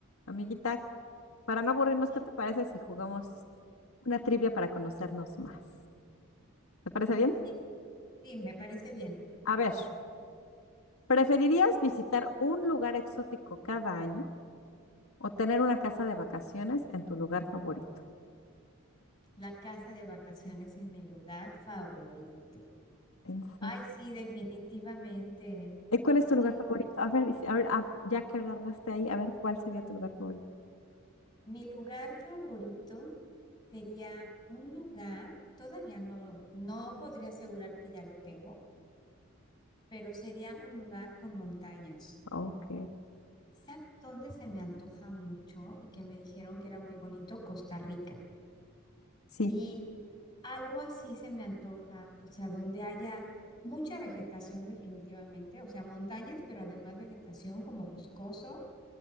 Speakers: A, on the left; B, on the left.
A: Amiguita, para no aburrirnos,
B: Sí,
A: ¿qué te parece si jugamos una trivia para conocernos más? ¿Te parece bien?
B: sí, sí, me parece bien.
A: A ver, ¿preferirías visitar un lugar exótico cada año o tener una casa de vacaciones en tu lugar favorito?
B: La casa de vacaciones en mi lugar favorito.
A: En serio.
B: Ay, sí, definitivamente.
A: ¿Y cuál es
B: Sí,
A: tu lugar favorito? A ver, y- si, a ver, a- ya que agarraste ahí, a ver, ¿cuál sería tu lugar favorito?
B: mi lugar favorito sería un lugar, todavía no, no podría asegurar que ya lo tengo, pero sería un lugar con montañas.
A: Ok.
B: ¿Sabes dónde se me antoja mucho y que me dijeron que era muy bonito? Costa Rica.
A: Sí.
B: Y Algo así se me antoja, o sea, donde haya mucha vegetación definitivamente, o sea, montañas, pero además vegetación como boscoso.